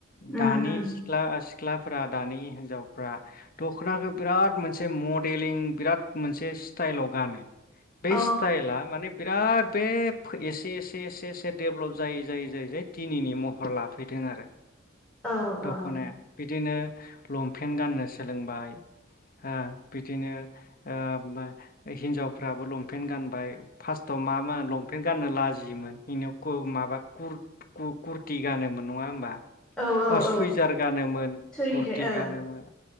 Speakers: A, in the centre; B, on the left.
A: उम
B: दानि
A: उम
B: सिख्ला सि <unintelligible> दानि हिनजावफ्रा दखनाखो बिराद मोनसे मडेलिं बिराद मोनसे स्टाइलाव गानो । बे
A: औ
B: स्ताइला माने बे बिराद बे फो एसे एसे एसे एसे डेभलप जायै जायै जायै जाय दिनैनि महर लाफै फैदों आरो ।
A: औ औ
B: दख'नाया बिदिनो लंफेन्ट गाननो सोलोंबाय ओ बिदिनो ओ <unintelligible> हिनजावफ्राबो लंपेन्ट गानबाय । फार्स्टआव मामोन लंपेन्ट गाननो लाजि <unintelligible> माबा कुर कुरति गानोमोन। नङा होमबा।
A: औ
B: अ सुइजार
A: औ
B: गानोमोन
A: सुरिदेर
B: कुरति
A: औ
B: गानोमोन